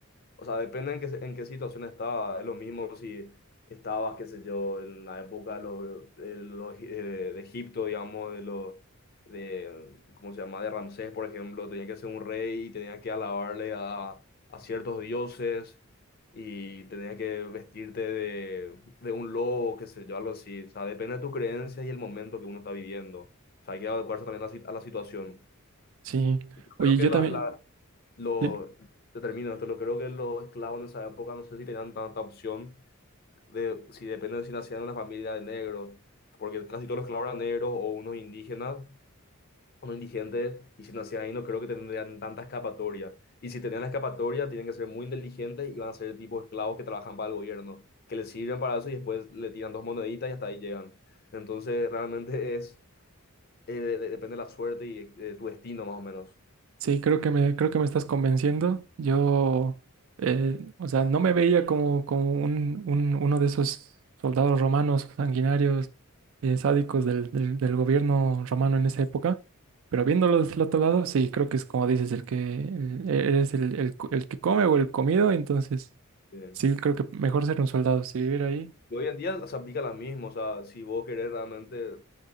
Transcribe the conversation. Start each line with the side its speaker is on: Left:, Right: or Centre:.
Left: O sea, depende en qué, se- en qué situación estaba. Es lo mismo si estabas, qué sé yo, en la época de, los, de, los- eh, de Egipto, digamos, de los, de, ¿cómo se llama? De Ramsés, por ejemplo, tenía que ser un rey y tenía que alabarle a, a ciertos dioses y tenía que vestirte de, de un lobo, qué sé yo, algo así. O sea, depende de tu creencia y el momento que uno está viviendo. O sea, hay que adecuarse también a la si- a la situación.
Right: Sí.
Left: Y Yo
Right: Oye,
Left: creo que
Right: yo
Left: la,
Right: también.
Left: la- lo,
Right: ¿sí?
Left: te termino esto, lo creo que los esclavos en esa época no sé si tenían tanta opción de si dependen de si nacían en una familia de negros, porque casi todos los esclavos eran negros o unos indígenas, unos indigentes, y si nacían ahí no creo que tendrían tanta escapatoria. Y si tenían la escapatoria, tienen que ser muy inteligentes y van a ser el tipo de esclavos que trabajan para el gobierno, que les sirven para eso y después le tiran dos moneditas y hasta ahí llegan. Entonces realmente es, eh, de- depende de la suerte y eh, tu destino más o menos.
Right: Sí, creo que me, creo que me estás convenciendo. Yo, eh, o sea, no me veía como, como un, un- uno de esos soldados romanos sanguinarios, eh, sádicos del, del, del gobierno romano en esa época. Pero viéndolo desde el otro lado, sí, creo que es como dices, el que el- e-, eres el, el, co- el que come o el comido, entonces
Left: Sí.
Right: sí, creo que mejor ser un soldado. Si vivir ahí,
Left: Y hoy en día se aplica la misma, o sea, si vos querés realmente,